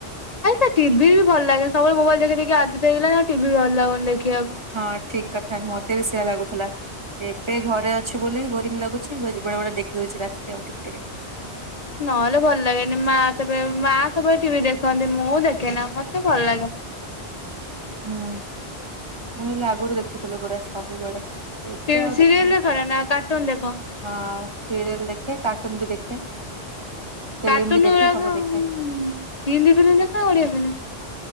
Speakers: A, on the left (about 40°); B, on the right (about 25°).
A: ଆଗେତ ଟିଭିବି ଭଲ ଲାଗେ, ସବୁବେଳେ ମୋବାଇଲି ଦେଖିଦେଖି ଆଦତ ହେଇଗଲାଣି, ଟିଭି ବି ଭଲ ଲାଗୁନି ଦେଖିବାକୁ।
B: ହଁ ଠିକ୍ କଥା ମତେ ବି ସେଇଆ ଲାଗୁଥିଲା। ଏବେ ଘରେ ଅ ଛି ବୋଲି ବୋରିଙ୍ଗ ଲାଗୁଚି, ବେଳେବେଳେ ଦେଖି ଦଉଚି ରାତିରେ ଉଠିକି ଟିକେ।
A: ନହେଲେ ଭଲ ଲାଗେନି। ମା ତ ବେ ମା ସବୁବେଳେ ଟିଭି ଦେଖନ୍ତି ମୁଁ ଦେଖେନା ମତେ ଭଲ ଲାଗେନା।
B: ହୁଁ, ମୁଁ ହେଲେ ଆଗରୁ ଦେଖୁଥିଲି ପୁରା ସବୁବେଳେ। ଏବେ
A: ସି
B: ଆଉ
A: ସିରିଏଲ
B: ଦେଖୁନି।
A: ଦେଖନା, ନା କାର୍ଟୁନ ଦେଖ?
B: ହଁ ସିରିଏଲ୍ ଦେଖେ, କାର୍ଟୁନ ବି ଦେଖେ। ଫିଲ୍ମ
A: କାର୍ଟୁନ୍
B: ବି
A: ଗୁରାକ,
B: ଦେଖେ ସବୁ ଦେଖେ।
A: ହୁଁ ହିନ୍ଦୀ ଫିଲ୍ମ୍ ଦେଖ ନା ଓଡିଆ ଫିଲ୍ମ୍?